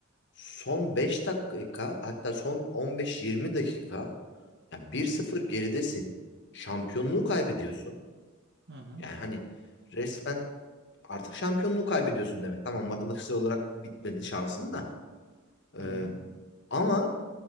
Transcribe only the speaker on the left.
son beş dakika hatta son 15-20 dakika ya 1-0
geridesin. Şampiyonluğu kaybediyorsun.
Yani hani resmen artık şampiyonluğu kaybediyorsun demek. Tamam matematiksel olarak bitmedi şansın da. Ee,
ama